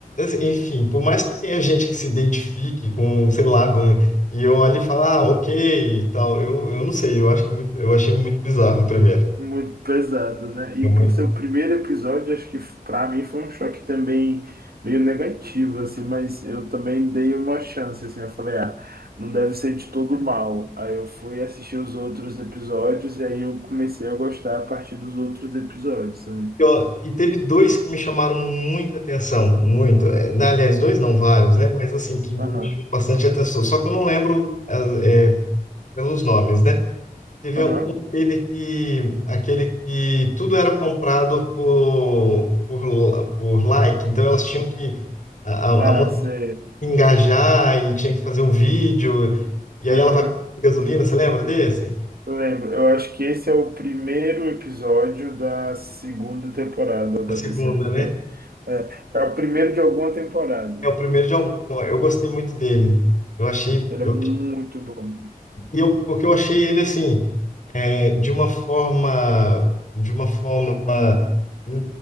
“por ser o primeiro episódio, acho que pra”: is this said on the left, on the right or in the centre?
Right